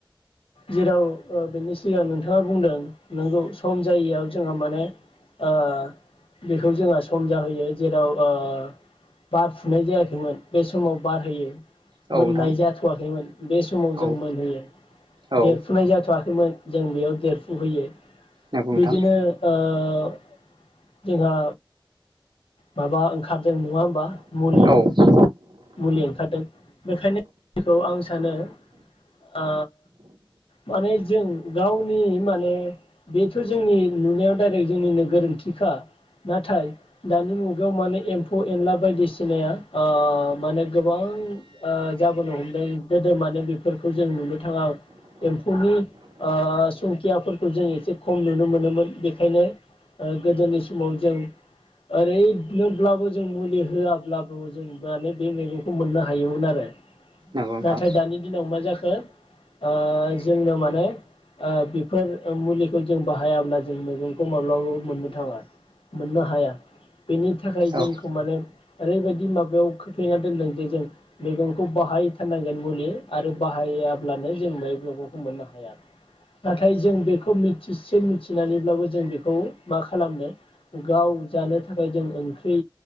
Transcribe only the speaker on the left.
जेराव ओ बेनि सिगां नोंथाङा बुंदों नोंगौ सम जायैयाव जोंहा माने ओ बेखौ जोंहा सम जाहोयो जेराव ओ बारफुनाय जायाखैमोन बे समाव बारहोयो।
मोननाय
जाथ'वाखैमोन बे जों
मोनहोयो
देरफुनाय जाथ थ'वाखैमोन जों बेयाव देरफु होयो।
बिदिनो ओ ओ जोंहा माबा ओंखारदों नङा होमबा मुलि
मुलि ओंखारदों बेखायनोखौ आं सानो ओ माने जों गाव नि माने बेफोर जोंनि नुनायाव डाइरेक्ट जोंनिनो गोरोन्थिखा नाथाय दानि मुगायाव माने एम्फौ एनला बायदिसिनाया ओ माने गोबां ओ जाबोनो हमदों गोदो माने बेफोरखौ जों नुनो थाङा एम्फौनि ओ संखियाफोरखौ जों एसे खम नुनो मोनोमोन बेखायनो गोदोनि समाव जों ओरैनोब्लाबो जों मुलि होआब्लाबो जों माने बे मैगंखौ मोननो हायोमोन आरो।
नाथाय दानि दिनाव मा जाखो ओ जोंनो माने ओ बेफोर मुलिखौ जों बाहायाब्ला जों मैगंखौ माब्लाबाबो मोननो थाङा मोननो हाया। बेनि थाखाय जोंखौ
माने ओरैबायदि माबायाव खोख्लैना दोनदों जे जों मैगंखौ बाहायथारनांगोन मुलि आरो बाहायाब्लानो जों बे मैगंखौ मोननो हाया नाथाय जों बेखौ मिथिसे मिथिनानैब्लाबो जों बेखौ मा खालामनो गाव जानो थाखाय जों ओंख्रि